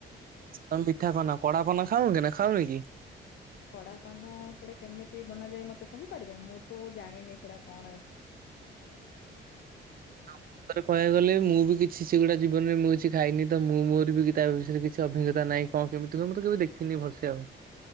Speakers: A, on the right; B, on the left.
A: ତୋମେ ମିଠା ପାନ, କଡା ପାନ ଖାଉନି ନା ଖାଉନି କି?
B: କଡା ପାନ ସେଟା କେମିତି ବନାଯାଏ ମୋତେ କହିପାରିବେ? ମୁଁ ତ ଜାଣିନି ସେଟା କଣ ଏ
A: ନୋ ତୋତେ କହିବାକୁ ଗଲେ ମୁଁ ବି କିଛି ସେଗୁଡା ଜୀବନରେ ମୁଁ କିଛି ଖାଇନି, ତ ମୁଁ ମୋର ବି କି ତା ବିଷୟରେ କିଛି ଅଭିଜ୍ଞତା ନାହିଁ। କଣ କେମିତି ହୁଏ, ମୁଁ ତ କେବେ ଦେଖିନି ଭଲସେ ଆଉ।